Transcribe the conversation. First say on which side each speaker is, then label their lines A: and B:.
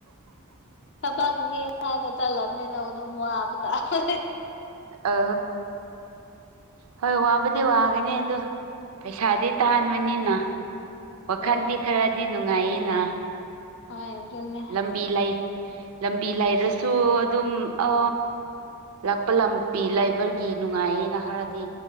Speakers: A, on the left; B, on the right.
A: ꯊꯕꯛꯅꯦ ꯍꯥꯟꯅ ꯆꯠꯂꯕꯅꯤꯅ ꯑꯗꯨꯝ ꯋꯥꯕ ꯇꯥꯄ
B: ꯑ ꯍꯣꯏ ꯋꯥꯕꯨꯗꯤ ꯋꯥꯒꯅꯤ ꯑꯣ ꯄꯩꯁꯥꯗꯤ
A: ꯎꯝ
B: ꯇꯥꯍꯟꯕꯅꯤꯅ ꯋꯥꯈꯜꯗꯤ
A: ꯍꯣꯏ
B: ꯈꯔꯗꯤ ꯅꯨꯡꯉꯥꯏꯌꯦꯅ
A: ꯍ
B: ꯂꯝꯕꯤ ꯂꯩ ꯂꯝꯕꯤ ꯂꯩꯔꯁꯨ ꯑꯗꯨꯝ ꯑ ꯂꯥꯛꯄ ꯂꯝ ꯄ ꯂꯩꯕꯔꯒꯤ ꯅꯨꯡꯉꯥꯏꯌꯦꯅ ꯈꯔꯗꯤ